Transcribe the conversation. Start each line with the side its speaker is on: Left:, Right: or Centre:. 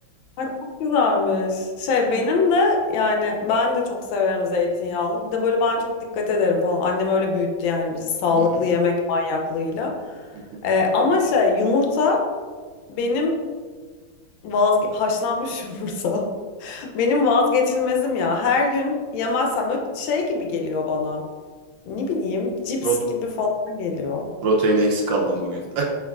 Left: ay çok güzelmiş. Şey benim de yani ben de çok severim zeytinyağlı. Bir de böyle ben çok dikkat ederim falan. Annem öyle büyüttü yani bizi sağlıklı
Right: Hı hı,
Left: yemek manyaklığıyla.
Right: hı hı.
Left: Ee, ama şey yumurta benim vazge haşlanmış <laughs> yumurta. Benim vazgeçilmezim ya. Her gün yemezsem böyle şey gibi geliyor bana. Ne bileyim cips
Right: Prot-
Left: gibi falan geliyor.
Right: proteini eksik kaldım bugün.